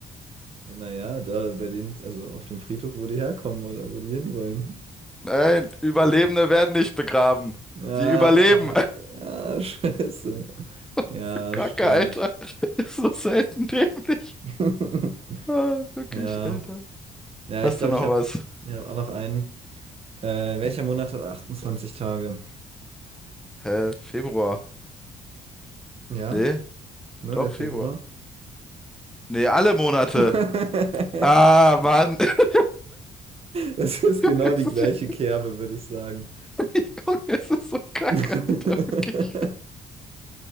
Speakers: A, on the right (about 50°); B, in the centre.
A: Naja, da bei denen, also auf dem Friedhof, wo die herkommen oder wo die hinwollen.
B: Nein, Überlebende werden nicht begraben.
A: Ah,
B: Die überleben.
A: fuck. Ah, <laughs> scheiße. Ja,
B: <laughs> Kacke,
A: stimmt.
B: Alter. Ist so selten dämlich.
A: <laughs>
B: Ah, wirklich,
A: Ja.
B: Alter.
A: Ja,
B: Hast
A: ich glaube,
B: du noch
A: ich habe
B: was?
A: ja, auch noch einen. Äh, welcher Monat hat 28 Tage?
B: Hä? Februar?
A: Ja,
B: Nee,
A: nur
B: doch,
A: der Februar.
B: Februar. Nee, alle Monate.
A: <laughs>
B: Ah, Mann. <laughs>
A: Das ist genau
B: Das
A: die gleiche
B: ist-
A: Kerbe, würde ich sagen.
B: Ich gucke, es ist so kacke,
A: <laughs>
B: Alter, wirklich.